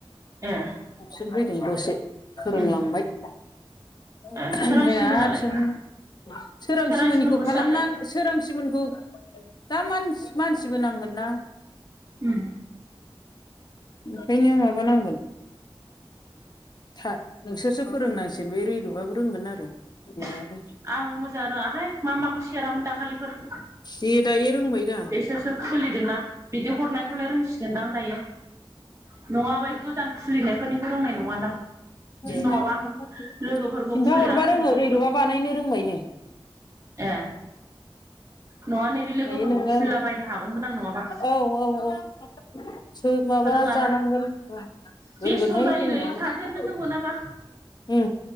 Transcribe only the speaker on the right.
ए
उम
ए सोरांस्रिमोनालाय
सोरांस्रिमोनखौ
सोआखै
उम
<unintelligible>
<unintelligible> <unintelligible>
आं
लोगोफोरखौ खुलिना होनो
रोंगौमोन
ए नङा नैबे लोगोफोरखौ
खुलिलाबायनो हागौमोन आं नङाबा
रोङाना
बेस्थ'
जायो
नै थाथेरनोनो मोनाबा